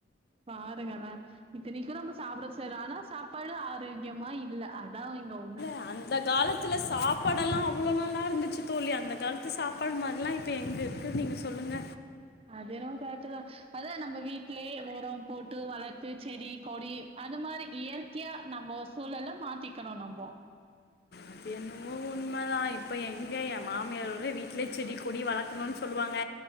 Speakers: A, on the right; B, on the left.
A: பாருங்களே இத்த நிக்கிறவங்க சாப்டவு செய்றோ ஆனா சாப்பாடு ஆரோக்கியமா இல்ல அதா இங்க ஒன்னு
B: ஆ அந்த காலத்துல சாப்பாடெல்லா அவ்ளோ நல்லா இருந் சு தோழி அந்த கால்த்து சாப்பாட் மார்லா இப்ப எங்க இருக்கு நீங்க சொல்லுங்க
A: அது என்னமோ கர்ட்தா அதா நம்ப வீட்லயே எவ்ளோ ஒரம் போட்டு வளர்த்து செடி கொடி அது மாரி இயற்கையா நம்போ சூழல்ல மாத்திக்கணு நம்போ
B: அது என்னவோ உண்மதா இப்ப எங்கே எ மாமியாரோட வீட்லயே செடி கொடி வளக்கணுன்னு சொல்லுவாங்க